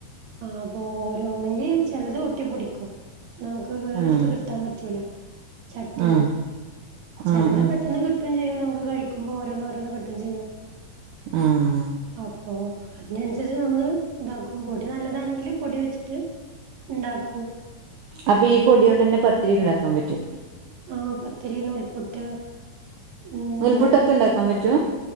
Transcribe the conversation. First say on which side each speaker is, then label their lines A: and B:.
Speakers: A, on the right; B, on the right.
A: ആഹ് അപ്പൊ ഓരോ ഒന്നെങ്കി ചെലത് ഒട്ടിപിടിക്കും നമുക്ക്. വേറെട്ത്ത്
B: ആഹ്
A: കിട്ടാപറ്റൂല ചട്ടിന്ന്
B: ആഹ്
A: ചെലത്
B: ആഹ് ആഹ്
A: പെട്ടെന്ന് കി ട്ടും ചെയ്യും നമ്മക്ക് കഴിക്കുമ്പോ ഓരോന്ന് ഓരോന്ന് കിട്ടും ചെയ്യും.
B: ആഹ്.
A: അപ്പൊ അതിനൻസര്ച്ച് നമ്മള് ണ്ടാക്കും. പൊടി നല്ലതാണെങ്കില് പൊടി വെച്ചിട്ട് ണ്ടാക്കൂ.
B: അപ്പീ പൊടിയോണ്ടെന്നെ പത്തിരി ണ്ടാക്കാമ്പറ്റോ
A: ആഹ് പത്തിരി നൂൽപുട്ട് എന്താ
B: നൂൽപ്പുട്ടൊക്കെ ണ്ടാക്കാപറ്റും